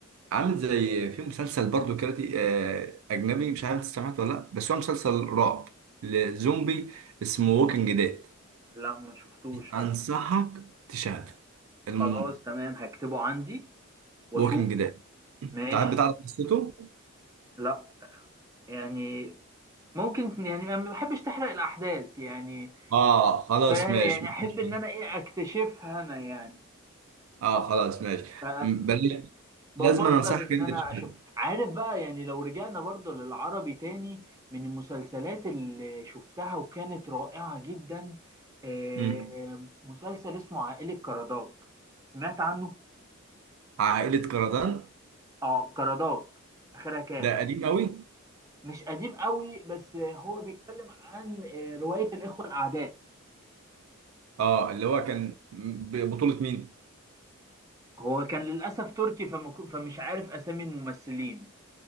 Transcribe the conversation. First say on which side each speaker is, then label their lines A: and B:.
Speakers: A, on the right (about 75°); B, on the right (about 15°).
A: عامل زي في مسلسل برضو كاراتي آه اجنبي مش عارف انت سمعت ولا لا بس هو مسلسل رعب لزومبي اسمه ووكينج ديد
B: لا ما شفتوش
A: انصحك
B: لا
A: تشاهده الم...
B: خلاص تمام هكتبه عندي واشوف
A: ووكينج ديد
B: ماشي
A: تعال بتعرف قصته؟
B: لا يعني ممكن يعني انا ما بحبش تحرق الاحداث يعني
A: اه خلاص
B: ف يعني
A: ماشي
B: احب
A: ماشي
B: ان انا ايه اكتشفها انا يعني
A: اه خلاص ماشي
B: ف
A: م- بلاش
B: بفضل
A: لازم انا انصحك
B: ان
A: انت
B: انا
A: تشوفها
B: اشوف عارف بقى يعني لو رجعنا برضه للعربي تاني من المسلسلات اللي شفتها وكانت رائعة جدا آه،
A: مم.
B: مسلسل اسمه عائلة كرداج سمعت عنه؟
A: عائلة كردان
B: اه كرداج اخرها كاف
A: ده قديم قوي
B: مش قديم قوي بس هو بيتكلم عن آه، رواية الإخوة الأعداء
A: اه اللي هو كان ببطولة مين؟
B: هو كان للأسف تركي فما كن- فمش عارف أسامي الممثلين